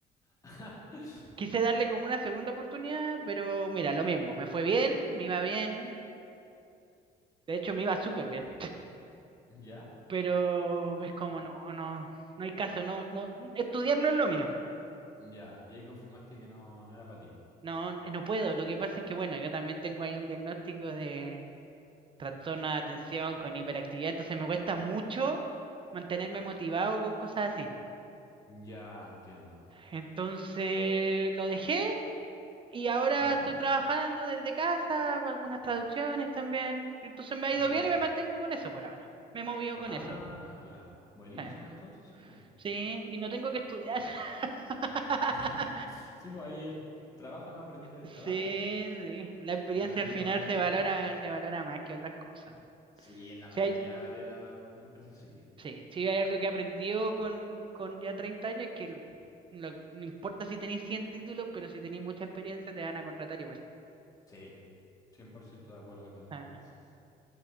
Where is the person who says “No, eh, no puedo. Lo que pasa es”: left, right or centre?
Right